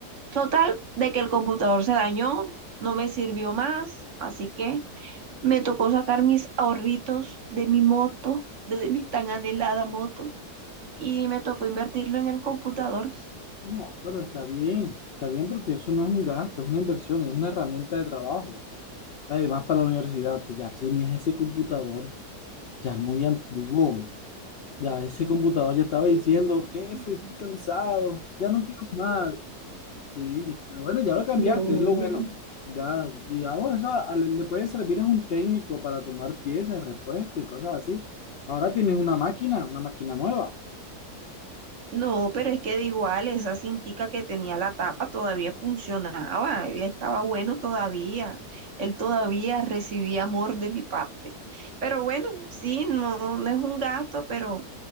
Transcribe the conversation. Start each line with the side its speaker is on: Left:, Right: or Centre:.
Right: Total, de que el computador se dañó, no me sirvió más, así que me tocó sacar mis ahorritos de mi moto, de mi tan anhelada moto, y me tocó invertirlo en el computador.
Left: No, pero está bien, está bien porque eso no es un gasto, es una inversión, es una herramienta de trabajo. Además, para la universidad, tú ya tenías ese computador ya muy antiguo. Ya ese computador ya estaba diciendo,
Right: <laughs>
Left: jefe, estoy cansado, ya no quiero más. Sí, pero bueno, ya lo cambiaste,
Right: No.
Left: es lo bueno. Ya, digamos, eso a- le, le puede servir a un técnico para tomar piezas, de repuesto y cosas así. Ahora tienes una máquina, una máquina nueva.
Right: No, pero es que de igual, esa cintica que tenía la tapa todavía funcionaba, él estaba bueno todavía, él todavía recibía amor de mi parte. Pero bueno, sí, no, no es un gasto, pero